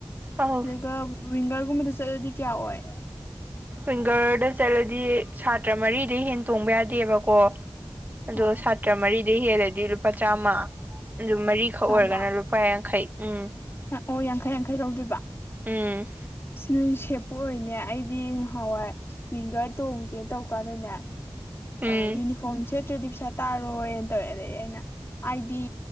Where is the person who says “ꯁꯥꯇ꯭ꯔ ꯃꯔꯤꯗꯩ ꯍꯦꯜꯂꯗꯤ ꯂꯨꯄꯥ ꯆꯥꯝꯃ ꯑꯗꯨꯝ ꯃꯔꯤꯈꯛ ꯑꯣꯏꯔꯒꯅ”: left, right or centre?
Right